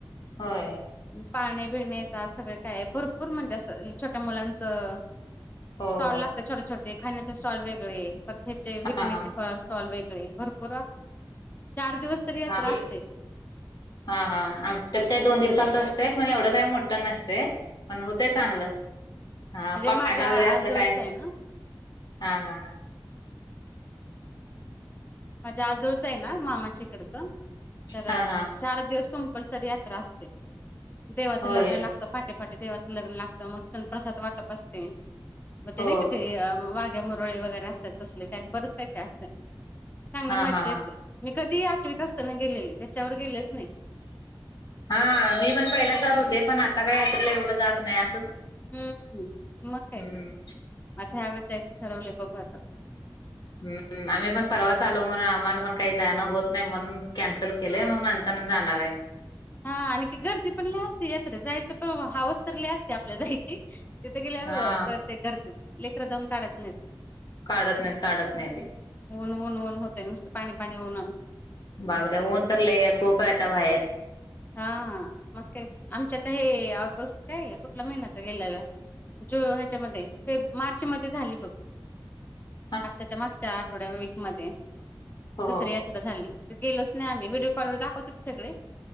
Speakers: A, on the left; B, on the left.
A: होय.
B: उम पाळणे बिळणे येतात, सगळं काय भरपूर म्हणजे असं छोट्या मुलाचं
A: हो
B: स्टॉल
A: हो
B: लागता छोटे छोटे खाण्याचे स्टॉल, वेगळे परत हेचे विकण्याचे
A: हा हा.
B: पस स्टॉल वेगळे भरपूर आगं, चार दिवस तरी यात्रा
A: हां, हां,
B: असते
A: हा हा आणि त्यात काय दोन दिवसाचं
B: हम्म
A: असतंय? मग एवढं काय मोठं नसतंय. पण हुतय चांगलं, हा
B: म्हणजे
A: पाळणा
B: माझ्या
A: वगैरे असलं
B: आजोळच
A: काय
B: आहे ना
A: हा हा
B: माझ्या आजोळचं हाय ना, मामाच्या हिकडं तर
A: हा हा
B: चार दिवस कंपल्सरी यात्रा असते, देवाच
A: होय
B: लग्न लागतं. पहाटे -पहाटे देवाचं लग्न लागतं, मग तिथून प्रसाद वाटप असते, मग ते
A: हो
B: नाही का ते वा घ्या मुरळी वगैरे असत्यात तसले काय बरंच काय- काय असत्यात. चांगली
A: हा
B: मज्जा
A: हा हा
B: येते, मी कधी आठवीत असताना गेलेली त्याच्यावर गेलेच नाही.
A: हा मी पण पहिला जात होते, पण आता काय यात्रेला एवढं जात नाही असंच-
B: हूं.. मग काय
A: हम्म
B: तर, म आता ह्या वेळेस जायचं ठरवलंय बघू आता.
A: <unintelligible> आम्ही पण परवाच आलो म्हणून आम्हांला पण काही जाणं होत नाही, म्हणून कॅन्सल केलंय मग नंतरनं जाणार आहे.
B: हा आणि ती गर्दी पण लई असती यात्रेत जायचं पण हवस तर लै असते आपल्या जायची- तिथे गेल्यावर
A: हा
B: कसं वाटतंय, गर्दीत लेकंर दम काढत नाहीत.
A: काढत नाहीत, काढत नाहीती.
B: ऊन, ऊन, ऊन होतयं नुसतं पाणी- पाणी होनं.
A: बापरे! ऊन तर लै आहे, खूप आहे आता बाहेर.
B: हा मग का आमच्या ते ऑगस्ट काय कुठंला महिना आता गेल्याला जु ह्याच्या मध्ये फेब मार्च मध्ये झाली बघ.
A: <inaudible>
B: आत्ताच्या मागच्या आठवड्या वीक मध्ये
A: हो
B: दुसऱ्या जत्रा झाली ते गेलोचं नाही आम्हीं, व्हिडिओ कॉलवर दाखवत होते सगळे.